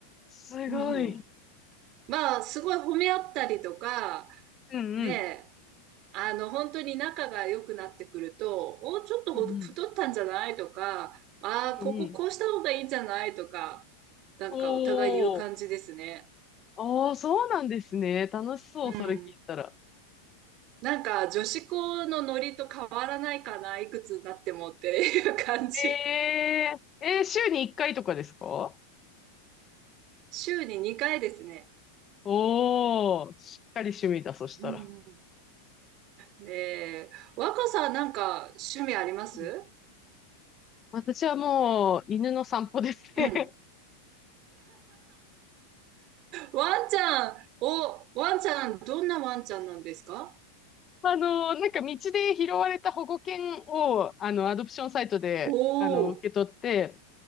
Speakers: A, on the left (about 20°); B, on the right (about 35°).
A: すごい。
B: うんうん。まあ、すごい褒め合ったりとか、
A: うんうん。
B: ねえ、あの、本当に仲が良くなってくると、お、ちょっとほ太ったんじゃないとか、
A: うんうん。
B: ああ、
A: うんうん。
B: こここうした方がいいんじゃないとか、なんかお互い言う感じですね。
A: おー。ああ、そうなんですね。楽しそう、
B: うん。
A: それ聞いたら。
B: なんか女子校のノリと変わらないかな、いくつになってもっていう感じ。
A: えー、えー週に1回とかですか
B: <laughs> 週に2回ですね。
A: おー、しっかり趣味だ、そしたら。
B: うんうんね若さんなんか趣味あります
A: うん私はもう、犬の散歩ですね。
B: うん。ワンちゃん、お、ワンちゃん、どんなワンちゃんなんですか
A: <laughs> あの、なんか道で拾われた保護犬を、あの、アドプションサイトで、
B: おおー、
A: あの、受け取って、